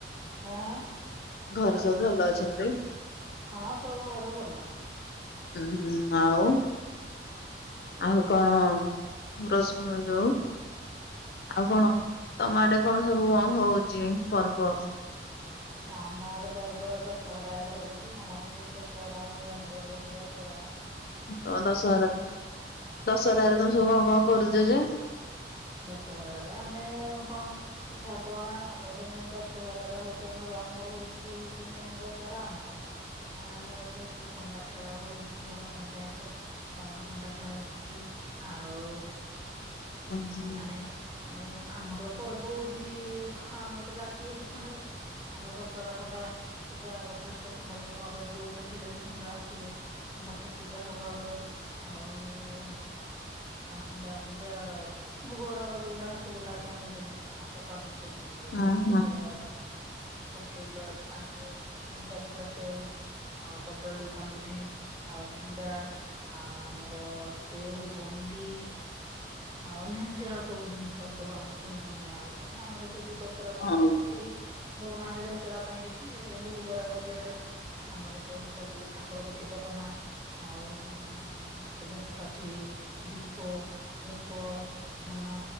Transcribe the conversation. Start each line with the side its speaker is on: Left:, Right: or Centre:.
Right: ହଁ
Left: ଘରେ ସବୁ ଭଲ ଅଛନ୍ତି?
Right: ହଁ ସବୁ ଘରେ ଭଲ।
Left: ହୁଁ ହୁଁ ଆଉ। ଆଉ କଣ ରଶୁଣ ଯୋଉ। ଆଉ
Right: ଆଁ
Left: କଣ ତମ ଆଡେ କଣ ସବୁ କଣ ହଉଛି ପର୍ବ?
Right: ଆମ ଆଡେ ପର୍ବ ଦଶହରା ଆଡେ ହଉଛି । ଆମର ତ ଦଶହରା ଆମର ମେନ ପର୍ବ ହଉଛି ଦଶହରା।
Left: ତମ ଦଶହରା ଦଶହରାରେ ତମେ ସବୁ କଣ କଣ କରୁଛ ଯେ?
Right: ଦଶହରାରେ ଆମେ କଣ ପିଠା ପଣା। ଆମର ତ ମେନ ଦଶହରାଟା ହଉଛି ଆମର ଆମ ହଉଛି ହଉଛି ମେନ୍ ଦଶହରା ଆମର। କାହିଁକିନା ଆମର ଯେହେତୁ ଖଣ୍ଡା ଖେଳ ହଉଛି। ଆମର ଖଣ୍ଡାୟତ ତ ଆମର ଖଣ୍ଡା ଖେଳ ହଉଛି। ଆଉ
Left: ଉଁ ହୁଁ
Right: ମାନେ ଆମର ପର୍ବ ହଉଛି ଖା ଆମର ଜାତି ହଉଛି ଖଣ୍ଡାୟତ ଆମର ଦଶହରା ଖଣ୍ଡା ପୂଜା ଆ ଫାଷ୍ଟ ଖଣ୍ଡା ପୂଜା ମ ଯୋଉଡେ ଥିଲେ ବି ଖଣ୍ଡା ଆସିବେ ଖଣ୍ଡା ପୂଜା ହବ ଆମର। ଆଉ ଖଣ୍ଡା ପୂଜା ଭୋଗରାଗ ଯୋଉ ଯାହା ସବୁ ଲାଗେ ଆମେ ଦି ମାସ କ ଆଗରୁ ସବୁ <unintelligible>
Left: ହଁ
Right: ନଡିଆ
Left: ହଁ
Right: ବାରଟା କିଣା ହୁଏ। ସବୁ କେଲ ପାଞ୍ଚ ତିନି ଚାରି କିଲୋ ସେଉ ଆଉ କଦଳୀ କାନ୍ଦିଟେ ଆଉ ଚୁଡା ଆ ଆମର ସେଉ ବୁନ୍ଦୀ ଆଉ ଅନ୍ୟାନ୍ୟ ଯାହା ସବୁ ଜିନିଷ ସବୁ ଆମ କିଣିକି ନିଆ ହୁଏ କାହିଁକି ଆମର ଯେହେତୁ ଦସହରା କରୁଛୁ
Left: ହଁ
Right: ଆଉ ତ କେହି ଦଉନାହାନ୍ତି ଦସହରା ପାଇଁ କିଛି ଯେମିତି ଭୁଗ ରାଗ ଟିକେ ଦେଲା। ଆମର ତ ସବୁ ଠାକୁରଙ୍କ ଛିଟ କନା ଆଉ ସେ ଧୂପକାଠି ଦୀପ ଧୂପ ଝୁଣା